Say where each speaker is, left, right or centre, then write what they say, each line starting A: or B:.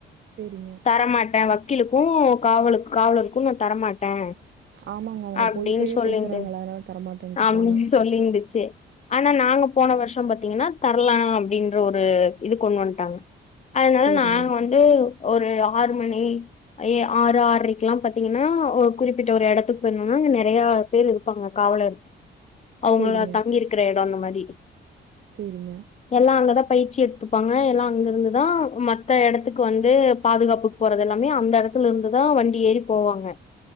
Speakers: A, on the right; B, on the left.
A: சேரிங்க
B: தரமாட்டே வக் கீலுக்கு காவலு காவலருக்கு நா தரமாட்டே
A: ஆமாங்க அவுங்க
B: அப்டின்னு
A: போய் போய்யா
B: சொல்லிருந்து
A: பேசுறாங்கள அதனால தரமாட்டேன்ட்டு
B: அப்டின்னு
A: இருப்பாங்க
B: சொல்லிருந்துச்சு ஆனா நாங்க போன வர்ஷோ பாத்தீங்கன்னா தர் லா அப்டின்ற ஒரு இது கொண்டு வந்துட்டாங்க அதனால
A: சேரிங்க
B: நாங்க வந்து ஒரு ஆறு மணி ஏ ஆறு ஆறரைக்குல்லா பாத்தீங்கன்னா ஒரு குறிப்பிட்ட ஒரு எடத்துக்கு போய்ருந்தோன்னா அங்க நெறைய பேரு இருப்பாங்க காவலர் அவுங்கள
A: சேரிங்க
B: தங்கிருக்க எடம் அந்த மாரி
A: சேரிங்க
B: எல்லா அங்கதா பயிற்சி எடுத்துப்பாங்க எல்லாம் அங்கிருந்துதா மத்த இடத்துக்கு வந்து பாதுகாப்புக்கு போறது எல்லாமே அந்த எடத்துல இருந்து தா வண்டி ஏறி போவாங்க